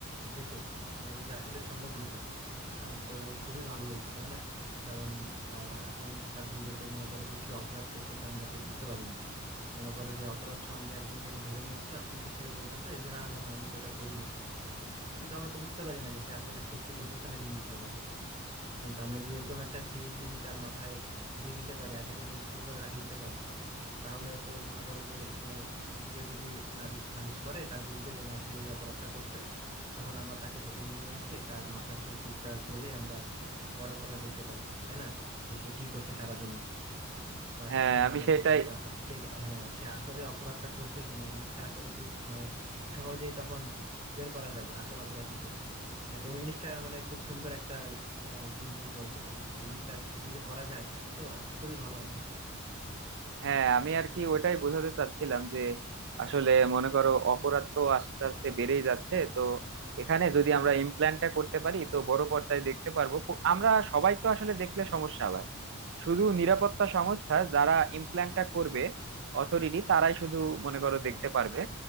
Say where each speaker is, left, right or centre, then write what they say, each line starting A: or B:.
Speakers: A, on the right; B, on the right.
A: যেত মানে যদি আসলে সম্ভব হইতো তাহলে তো খুবই ভালো হইতো তাই না কারণ আহ, এখনকার যুগে তো মনে করো যে কি অপরাধ করতেছে আমরা তো বুঝতে পারি না মনে করো যে অপরাধ সন্দেহে একজনকে আমি ধরে নিয়ে আসলাম কিন্তু সে বলতেছে যে না না না আমি তো এটা করি নাই কিন্তু আমরা তো বুঝতে পারি না যে সে আসলে সত্যি বলতেছে নাকি মিথ্যা বলতেছে কিন্তু আমরা যদি এরকম একটা চিপ যদি তার মাথায় দিয়ে দিতে পারি আগে থেকে ইনস্টল করে রাখে দিতে পারি তাহলে তো মনে করো যে আহ, কেউ যদি নালিশ নালিশ করে তার বিরুদ্ধে যে না সে এই অপরাধটা করছে তখন আমরা তাকে ধরে নিয়ে এসে তার মাথার সেই চিপটা খুলে আমরা বড় পর্দায় দেখতে পারবো তাই না যে সে কি করছে সারাদিনে বা
B: হ্যাঁ
A: কি চিন্তা
B: আমি
A: ভাবনা
B: সেটাই
A: করছে কা- আ- সে হ্যাঁ সে আসলে অপরাধটা করছে কিনা এই জিনিসটা আসলে খুব মানে সহজেই তখন বের করা যাবে আসল অপরাধীকে না, তুমি জিনিসটা মানে খুব সুন্দর একটা আহ, জিনিস বলছো এই জিনিসটা যদি করা যায় তাহলে তো খুবই ভালো হয়
B: হ্যাঁ আমি আর কি ওইটাই বোঝাতে চাচ্ছিলাম যে আসলে মনে করো অপরাধ তো আস্তে আস্তে বেড়েই যাচ্ছে তো এখানে যদি আমরা ইমপ্ল্যান্টটা করতে পারি তো বড় পর্দায় দেখতে পারবো কো- আমরা সবাই তো আসলে দেখলে সমস্যা শুধু নিরাপত্তা সংস্থা যারা ইমপ্ল্যান্টটা করবে অথরিটি তারাই শুধু মনে করো
A: হ্যাঁ
B: দেখতে পারবে